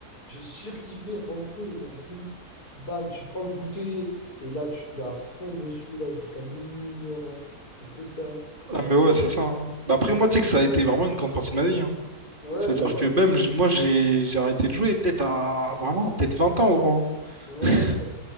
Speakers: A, on the left; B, on the right.
A: je surkiffais rentrer. Genre juste, bam, tu prends le goûter et là, tu te mets à fond dessus, là, jusqu'à minuit, une heure, là. C'est que ça. Ouais,
B: Ah, mais ouais, c'est ça. hein. Bah, après, moi, tu sais que ça a été vraiment une grande partie de ma vie. hein.
A: ouais,
B: C'est-à-dire
A: bah ouais.
B: que même, j- moi, j'ai j'ai arrêté de jouer peut-être à vraiment, peut-être 20 ans, gros.
A: Ouais.
B: hein. <laughs>